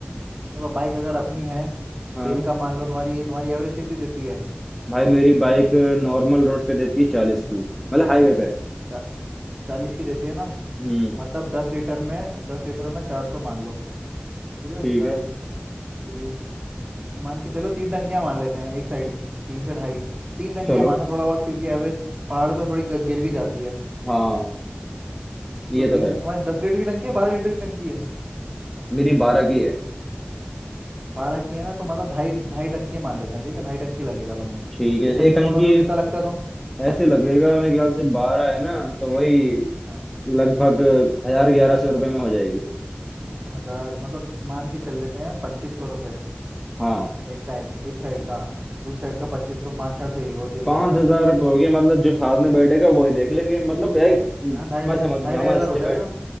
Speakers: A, on the right (about 35°); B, in the centre.
A: देखो बाइक अगर अपनी है
B: हाँ
A: तेल का मान लो तुम्हारी तुम्हारी एवरेज कितनी देती है
B: भाई मेरी बाइक नॉर्मल रोड पे देती है चालीस की मतलब हाईवे पे
A: चा, चालीस की देती है ना
B: हम्म
A: मतलब दस लीटर में दस लीटर में चार सौ मान लो ठीक है
B: ठीक
A: दस
B: है
A: बीस मान के चलो तीन टंकियां मान लेते हैं एक साइड की तीन से ढाई तीन टंकियां
B: चलो
A: मानो थोड़ा बहुत क्योंकि एवरेज पहाड़ पर थोड़ी ग- गिर भी जाती है
B: हाँ ये
A: तो तीन
B: तो है
A: तुम्हारी दस लीटर की टंकी है बारह लीटर की टंकी है
B: मेरी बारह की है
A: बारह की है ना तो मतलब ढाई ढाई टंकी मान लेते हैं ठीक है ढाई टंकी लगेगा तुम्हें
B: ठीक है
A: एक टंकी
B: एक टंकी
A: फुल होने में कितना लगता है तो
B: ऐसे लगेगा मेरे ख्याल से बारह है ना तो वही
A: हाँ
B: लगभग हजार ग्यारह सौ रुपये
A: हाँ,
B: में हो जाएगी
A: हजार मतलब मान के चल लेते हैं पच्चीस सौ रुपये
B: हाँ
A: एक टाइप से- एक साइड का दूसरी साइड का पच्चीस सौ पाँच चार तो ये हुआ तेल
B: पांच
A: तेल का
B: हजार रुपये हो गया मतलब जो साथ में बैठेगा वही देख लेंगे मतलब यार
A: हाँ ढाई ढाई
B: मैं समझ
A: ढाई
B: गया
A: ढाई
B: हूँ
A: हज़ार
B: एस्टिमेट
A: हो जाएगा